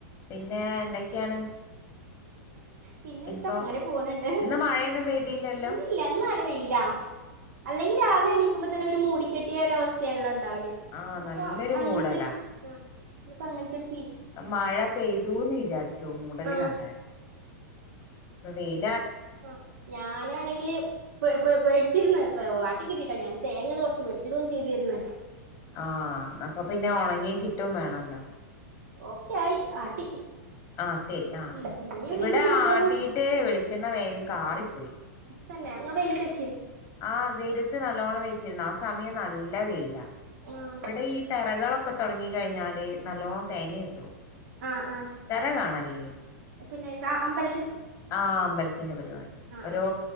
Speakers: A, on the left; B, on the right.
A: പിന്നെ എന്തൊക്കെയാണ്
B: പിന്നെ എന്താ
A: ഇപ്പൊ
B: അങ്ങനെ പോകണണ്ട്
A: ഇന്ന് മഴയൊന്നും പെയ്തില്ലല്ലോ
B: ഇന്നില്ല വെയിലാ അല്ലെങ്കിൽ രാവിലെ എണിക്കുമ്പോ തന്നെ ഒരു മൂടിക്കെട്ടിയ ഒര അവസ്ഥയാണല്ലോ ഒ ഒണ്ടാവല്
A: ആഹ്
B: ഇന്നിപ്പോ
A: നല്ലൊരു
B: അങ്ങനത്തെരു
A: മൂടലാ
B: ആ ഇപ്പൊ അങ്ങനെത്തൊരു
A: മഴ പെയ്തുന്നു വിചാരിച്ചു മൂടല്
B: ആഹ്
A: കണ്ടാല് ഇപ്പൊ വെയില്
B: ആ ഞാനാണെങ്കില് പെ പേടിച്ചിരന്ന് ആട്ടികിട്ടിട്ടോ ഞാാന് തേങ്ങകൾ കെറച്ച് വെട്ടിയിടുകയും ചെയ്തിരിന്ന്
A: ആ അപ്പൊ പിന്നെ ഉണങ്ങി കിട്ടും വേണല്ലോ
B: ഓക്കെയായി ആട്ടി
A: ആട്ടേ ആ
B: ഉം ഇനി
A: ഇവടെ
B: ഇനി പെയ്താലും
A: ആട്ടീയിട്ട് വെളിച്ചെണ്ണ വേഗം കാറിപ്പോയി.
B: തന്നെ ഇങ്ങൾ വെയിലത്ത് വെ
A: ആ വെയിലത്ത് നല്ലോണം വെച്ചിരുന്നാ സമയം നല്ല വെയിലാ
B: ആഹ്
A: ഇവിടെ ഈ തറകളൊ ഒക്കെ തൊടങ്ങി കഴിഞ്ഞാല് നല്ലോണം തേങ്ങ കിട്ടും
B: ആഹ് ആഹ്
A: തെറ കാണല്യേ
B: പിന്നെ എന്താ അമ്പല
A: ആഹ് അമ്പലത്തിന്റെ പരിപാടി
B: ആഹ്
A: ഒരു
B: ആഹ്